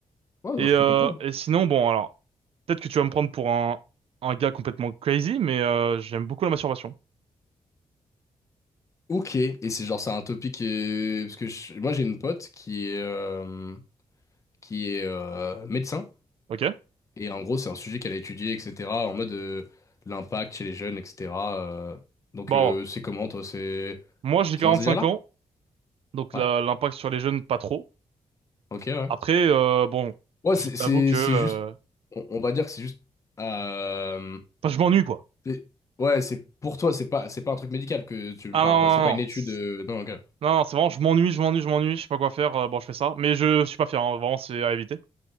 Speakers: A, on the left; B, on the right.
A: Ouais,
B: Et
A: donc je
B: euh,
A: peux comprendre.
B: et sinon, bon, alors peut-être que tu vas me prendre pour un un gars complètement crazy, mais euh, j'aime beaucoup la masturbation.
A: Ok, et c'est genre, c'est un topic qui est... Parce que je- moi, j'ai une pote qui est, euh, qui est euh, médecin,
B: Ok?
A: et en gros, c'est un sujet qu'elle a étudié, etc., en mode euh, l'impact chez les jeunes, etc. euh. Donc,
B: Bon,
A: euh, c'est comment, toi? C'est
B: moi j'ai
A: c'est
B: 45
A: dans ce délire-là?
B: ans, donc
A: Ouais,
B: la- l'impact sur les jeunes pas trop.
A: ok, ouais.
B: Après, euh, bon,
A: Ouais,
B: je
A: c'est
B: t'avoue
A: c'est-
B: que...
A: c'est
B: euh,
A: juste... On, on va dire que c'est juste... euh,
B: Enfin, je m'ennuie, quoi.
A: C'est- Ouais, c'est pour toi, c'est pas, c'est pas un truc médical que tu me
B: Ah
A: parles,
B: non, non,
A: quoi. C'est pas
B: non.
A: une
B: Non,
A: étude.
B: c'est
A: euh, Non, ok.
B: non, c'est vraiment, je m'ennuie, je m'ennuie, je m'ennuie, je sais pas quoi faire, euh, bon, je fais ça. Mais je suis pas fier, hein, vraiment, c'est à éviter.